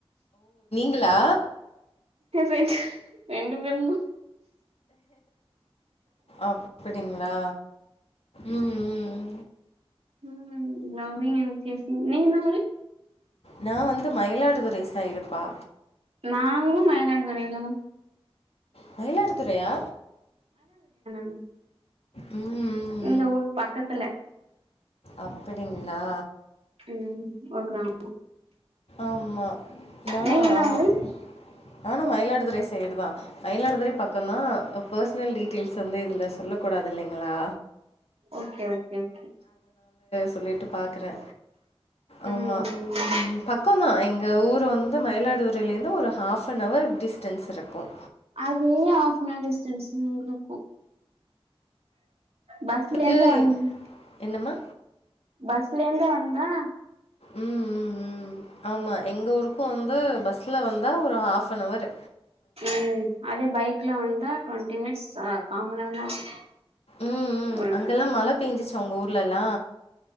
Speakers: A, on the left; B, on the right.
A: ல்லா
B: ரெண்டு ரெண்டு பேரும் தா
A: அப்டிங்ளா ம் ம்
B: ம் லவ்ரிங் அண்ட் சேசிங் நீங்க என்ன ஊரு
A: நா வந்து மயிலாடுதுறை சைடுப்பா
B: நாங்ளும் மயிலாடுதுறையிலதா
A: மயிலாடுதுறையா
B: ம்
A: ம் ம்
B: இந்த ஊரு பக்கத்துல
A: அப்படிங் ளா
B: ம் ஒரு கிராமோ
A: ஆமா நா
B: நீங்க என்ன
A: ஆமா
B: ஊரு
A: நானு மயிலாடுதுறை சைடு தா மயிலாடுதுறை பக்கோ தா பர்ஸ்னல் டீட்டெய்ல்ஸ் வந்து இதுல சொல்ல கூடாது இல்லிங்ளா
B: ஓகே ஓகே ஓகே
A: சொல்லிட்டு பாக்குறே ஆமா
B: ம்
A: ம் பக்கந்தா எங்க ஊர் வந்து மயிலாடுதுறைல இருந்து ஒரு ஆஃப் ஆன் அவர் டிஸ்டன்ஸ் இருக்கும்
B: அதே ஆஃப் ஆன் அவர் டிஸ்டன்ஸ் எங்ளுக்கும் பஸ்லருந்து
A: க்கு
B: வந்து
A: என்னம்மா
B: பஸ்லந்து வந்தா
A: ம் ம் ம் ஆமா எங்க ஊருக்கும் வந்து பஸ்ல வந்தா ஒரு ஆஃப் அன் அவரு
B: ம் அதே பைக்ல வந்தா ட்வெண் டி நிமிட்ஸ் சா காம நேரோ தா
A: ம் ம் அங்கெல்லா மழ பேஞ்சுச்சா உங்க ஊர்லல்லா